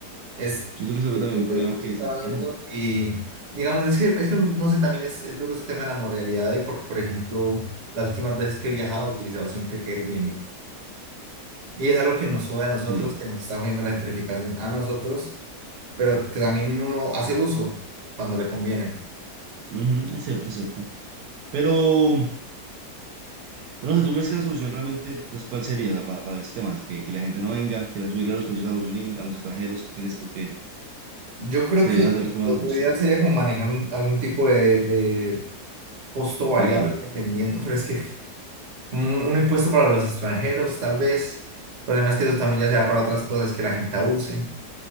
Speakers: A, on the right; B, on the right.
A: Es,
B: Yo creo que se ve
A: lo
B: también un problema que
A: estaba
B: se ve como
A: viendo y digamos, es que, es que no sé, también es, es duro ese tema de la moralidad y porque, por ejemplo, las últimas veces que he viajado he utilizado siempre Airbnb. Y es algo que nos sube a nosotros,
B: Sí,
A: que nos está viendo la gentrificación a nosotros, pero que también uno hace uso cuando le conviene.
B: ujú, es cierto, es cierto. Pero, pero no sé, ¿tú crees que la solución realmente, entonces, cuál sería la- para, para el sistema ¿Que, que la gente no venga, que la subirle los precios a los gringos, a los extranjeros? ¿Qué crees tú que,
A: Yo creo
B: que
A: que
B: debe hacer como
A: lo
B: una solución?
A: ideal sería como manejar un- algún tipo de, de costo variable
B: ¿De qué?
A: dependiendo, pero es que un, un impuesto para los extranjeros, tal vez. El problema es que eso también ya sea para otras cosas que la gente abuse.